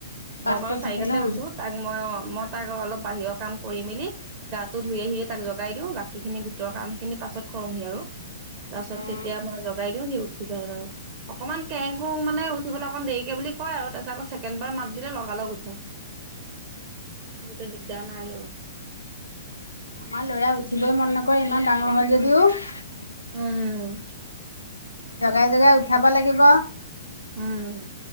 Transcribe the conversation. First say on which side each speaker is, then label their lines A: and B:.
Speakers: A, on the left; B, on the right.
A: পাঁচটাত
B: মই বাৰু চাৰিটাতে
A: উঠে ন?
B: উঠো তাক মই
A: উম,
B: মই তাক অলপ বাহিৰৰ কাম কৰি মেলি গাটো ধুই
A: অ',
B: আহিয়ে তাক জগাই দিওঁ বাকীখিনি ভিতৰৰ কাম খিনি পাছত কৰোহি আৰু তাৰ পাছত
A: অ',
B: তেতিয়া মই জাই দিওঁ সি উঠি যায় বাৰু অকমান কেং কুং মানে উঠিব ল অকণ দেৰিকে বুলি কয় আৰু তাতে আকৌ ছেকেণ্ড বাৰ মাত দিলে লগালগ উঠে সেইটো দিগদাৰা নাই মোৰ
A: আমাৰ লৰা উঠিবই মন নকৰে ইমান ডাঙৰ হয় যদিওঁ
B: উম
A: জগাই জগাই উঠাব লাগিব
B: উম